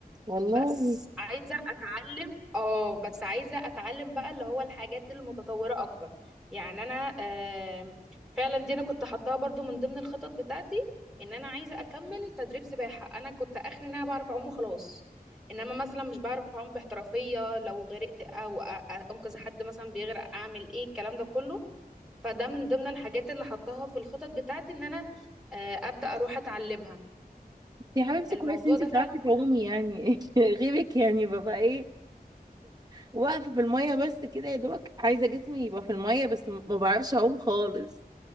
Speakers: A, on the right; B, in the centre.
A: والله
B: بس عايزة اتعلم اه بس عايزة اتعلم بقى اللي هو الحاجات المتطورة اكتر يعني انا آم، فعلا دي انا كنت حطاها برضو من ضمن الخطط بتاعتي ان انا عايزة اكمل تدريب سباحة انا كنت اخري ان انا بعرف اعوم وخلاص انما مثلا مش بعرف اعوم باحترافية لو غرقت او أ- أ- انقذ حد مثلا بيغرق اعمل ايه الكلام ده كله فده من ضمن الحاجات اللي حطاها في الخطط بتاعتي ان انا آه، ابدا اروح اتعلمها
A: يا حبيبتي
B: الموضوع
A: كويس انت
B: ده
A: بتعرفي
B: فعلا مهم
A: تعومي يعني <laughs> غيرك يعني ببقى ايه واقفة في المية بس كده يا دوبك عايزة جسمي يبقى في المية بس ما بعرفش اعوم خالص